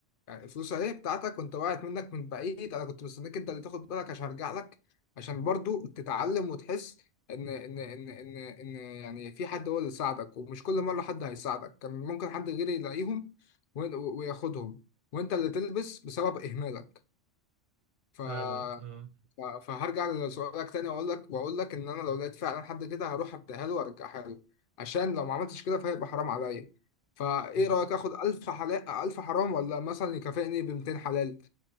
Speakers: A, on the left; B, on the right.
A: يعني الفلوس أهي بتاعتك وأنت وقعت منك من بعيد أنا كنت مستنيك أنت اللي تاخد بالك عشان أرجع لك عشان برضو تتعلم وتحس إن إن إن إن إن يعني في حد هو اللي ساعدك ومش كل مرة حد هيساعدك كان ممكن حد غيري يلاقيهم وي- وياخدهم وأنت اللي تلبس بسبب إهمالك ف...
B: فعلا اه
A: ف... فهرجع لسؤالك تاني واقول لك واقول لك ان انا لو لقيت فعلا حد كده هروح اديها له وارجعها له عشان لو ما عملتش كده فهيبقى حرام عليا فايه
B: مم.
A: رايك اخد 1000 حلال 1000 حرام ولا مثلا يكافئني ب 200 حلال